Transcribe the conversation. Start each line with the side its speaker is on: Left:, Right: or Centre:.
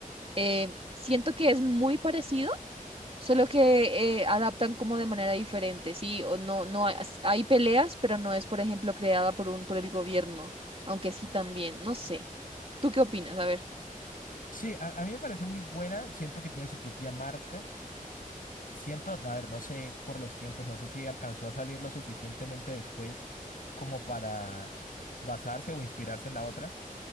Right: eh, siento que es muy parecido Solo que eh, adaptan como de manera diferente, ¿sí? O no, no hay, as- hay peleas, pero no es, por ejemplo, creada por un, por el gobierno, aunque sí también, no sé. ¿Tú qué opinas? A ver.
Left: Sí, a, a mí me parece muy buena, siento que tiene su propia marca, siento, no, a ver, no sé por los tiempos, no sé si alcanzó a salir lo suficientemente después como para basarse o inspirarse en la otra,